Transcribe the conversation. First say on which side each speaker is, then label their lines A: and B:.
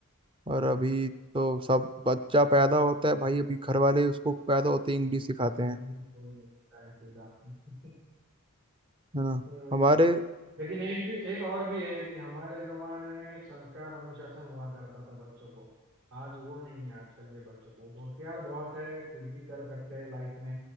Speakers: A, on the right; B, on the right.
A: और अभी तो सब बच्चा पैदा होता है भाई अभी घर वाले उसको पैदा होते ही इंग्लिश सिखाते
B: कोई
A: हैं
B: नहीं होता है अकेला <laughs>
A: है ना
B: तो वही
A: हमारे
B: है लेकिन एक भी एक और भी है कि हमारे जमाने में एक संस्कार अनुशासन हुआ करता था बच्चों को आज वो नहीं है आजकल के बच्चों को होशियार बहुत है कुछ भी कर सकते हैं लाइफ में